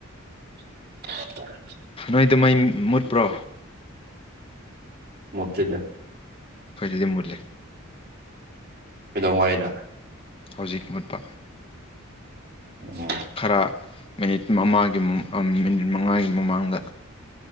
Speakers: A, on the right; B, on the left.
A: <unintelligible>
B: ꯅꯣꯏꯗꯨ ꯃꯩ ꯃꯨꯠꯄ꯭ꯔꯣ
A: ꯃꯨꯠꯇꯤꯗꯦ
B: ꯈꯣꯏꯗꯗꯤ ꯃꯨꯠꯂꯦ
A: ꯀꯩꯗꯧꯉꯩꯗ
B: ꯍꯧꯖꯤꯛ ꯃꯨꯠꯄ
A: ꯎꯝ
B: ꯈꯔ ꯃꯤꯅꯤꯠ ꯃꯃꯥꯒꯤ ꯃꯤꯅꯤꯠ ꯃꯉꯥꯒꯤ ꯃꯃꯥꯡꯗ